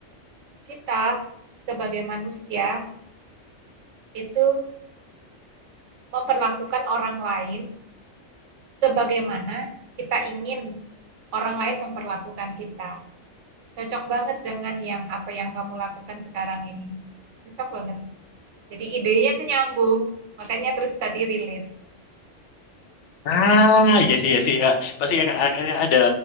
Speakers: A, on the right (about 75°); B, on the left (about 75°).
A: kita sebagai manusia itu memperlakukan orang lain sebagaimana kita ingin orang lain memperlakukan kita. Cocok banget dengan yang apa yang kamu lakukan sekarang ini. Cocok banget. Jadi idenya tuh nyambung, makanya terus tadi relate.
B: Ah, iya sih, iya sih. Kak. Pasti Kak akhirnya ada